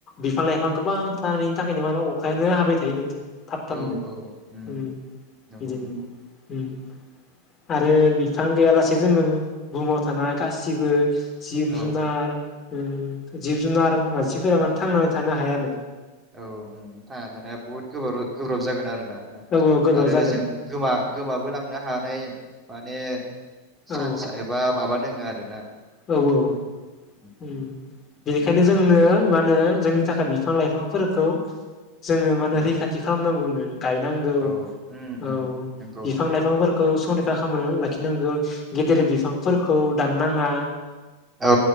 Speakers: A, on the left; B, on the right.
A: बिफां-लाइ फां गोबांथारनि थाखायनो माने अखायानो हाबाय थायो नो। थाब थाबनो
B: औ औ उम
A: ओम
B: नंगौ
A: बिदिनो
B: नंगौ
A: ओम। आरो बिफां गैयालासे जोङो बुहुमाव थानाय गासिबो। जिब-जुनार
B: औ
A: ओम जिब-जुनार, मानसिफोरा माने थांनानै थानो हाया। आरो <inaudible>
B: औ ओम थांना थानाया बहुद गोब्रा-गोब्राब जागोन आरो ना
A: औ गोब्राब
B: आरो
A: जागोन
B: जों गोमा गोमाबो लांनो हानाय। <inaudible> माने सानस
A: औ
B: एबा माबा <inaudible> दोङो आरो ना।
A: औ औ ओम
B: ओंखायनो
A: बेनिखायनो जोंनो
B: नांगौ जों
A: मा होनो जोंनि थाखाय बिफां-लाइ बिफांफोरखौ जोङो माने
B: औ
A: रैखाथि खालामनांगौनो। गायनांगौ
B: औ उम
A: औ।
B: उम नंगौ
A: बिफां-लाइफांफोरखौ
B: नंगौ
A: स फा खालामनानै लाखिनांगौ गेदेर बिफांफोरखौ दाननाङा।
B: औ